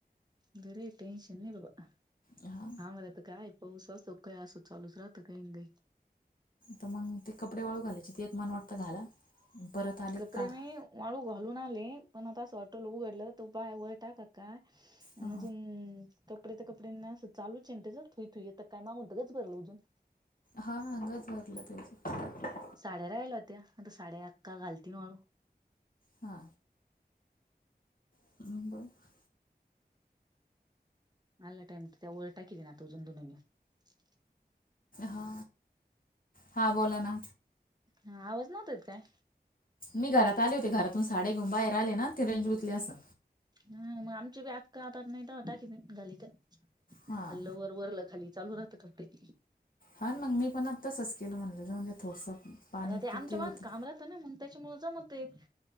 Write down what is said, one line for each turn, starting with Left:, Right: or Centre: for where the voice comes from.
Right: बरे टेन्शन नाही बाबा.
Left: हा.
Right: आम्हाला तर काय पाऊस असतो काय असो चालूच राहत काही न काही.
Left: तर मग ते कपडे वाळू घालायचे ते मन वाटतं घाला. परत आले
Right: कपडे
Left: काढा.
Right: मी वाळू घालून आले पण आता असं वाटलं उघडलं तो बाय वळ टाका का आणि
Left: हा
Right: अजून कपडे त कपडे असं चालूच ये ना तेच थुईथुईता काय मागून गच्च भरलं होतं.
Left: हा हा गच्च भरलं तेच.
Right: साड्या राहिल्या होत्या आता साड्या अक्का घालती वाळू.
Left: हा. <inaudible>
Right: आला टाइम तर. <unintelligible>
Left: हा हा बोला ना.
Right: हा आवाज नव्हता येत काय.
Left: मी घरात आले होते घरातून साड्या घेऊन बाहेर आले ना ते रेंज गुंतले असन.
Right: हा मग आमचे बी अक्का आता नाही टाकी घिलित तर
Left: हा.
Right: खाल्ल वर. वरलं खाली चालू राहत कपडे.
Left: हा मग मी पण आत्ताच केलं म्हणलं जाऊ द्या थोडसं. पाणी
Right: आल ते आमच्या
Left: तुटले होते.
Right: माग काम राहत ना मग त्यांच्यामुळे जमते.